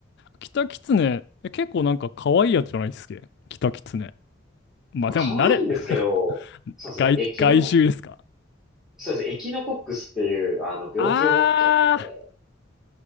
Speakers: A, on the left; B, in the centre.
A: キタキツネ、え結構なんか可愛いやつじゃないっすけ。キタキツネ。まあでも慣れ、
B: まあ可愛いんですけど、
A: <laughs>
B: そうですね。
A: 外、
B: エキノ、
A: 外周ですか。
B: そうですね。エキノコックスっていう、あの、病気を持っちゃってて。
A: あー、